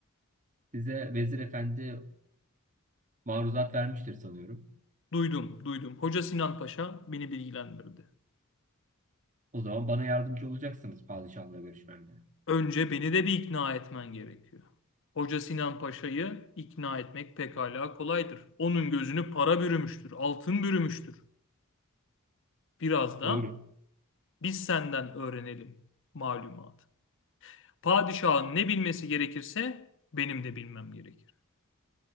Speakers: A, on the right; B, on the left.
A: Size vezir efendi maruzat vermiştir sanıyorum.
B: Duydum, duydum. Hoca Sinan Paşa beni bilgilendirdi.
A: O zaman bana yardımcı olacaksınız padişahla görüşmemde.
B: Önce beni de bir ikna etmen gerekiyor. Hoca Sinan Paşa'yı ikna etmek pekala kolaydır. Onun gözünü para bürümüştür, altın bürümüştür. Biraz da
A: Doğru.
B: biz senden öğrenelim malumat. Padişahın ne bilmesi gerekirse benim de bilmem gerekir.